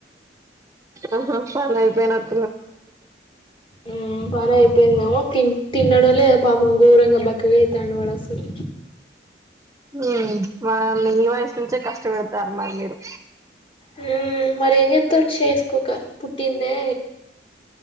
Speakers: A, on the right (about 20°); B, on the left (about 30°).
A: ఆహా పని అయిపోయినాట్
B: ఉమ్ పని అయిపోయిందేమో తి తిన్నడో లేదో పాపం గోరంగా బక్ క్కగా అయితండు వాడు అసలు
A: ఉమ్ వాన్ ఈ వయసు నుంచే కష్టపేడతారు మరి మీరు
B: ఉమ్ మరి ఏం జెత్తడు చేసుకోక పుట్టిందే